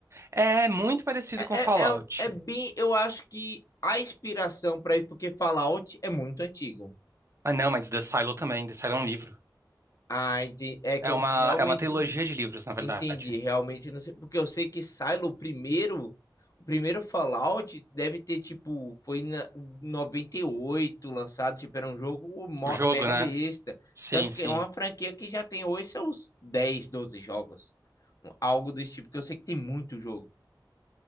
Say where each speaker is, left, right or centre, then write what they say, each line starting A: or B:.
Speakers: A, on the right (about 40°); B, on the left (about 50°).
A: é muito parecido
B: É,
A: com Fallout.
B: é, é, é bem. Eu acho que a inspiração para isso, porque Fallout é muito antigo.
A: Ah, não, mas The Silo também. The Silo é um livro.
B: Ah, entendi. É que
A: É
B: eu
A: uma,
B: realmente
A: é uma trilogia de livros, na verdade.
B: entendi. Realmente não sei. Porque eu sei que Silo, o primeiro. O primeiro Fallout deve ter, tipo, foi na- em 98 lançado, tipo, era um jogo mo-
A: O jogo,
B: mega
A: né?
B: besta.
A: Sim,
B: Tanto
A: sim.
B: que é uma franquia que já tem hoje seus 10 12 jogos. Algo desse tipo, que eu sei que tem muito jogo.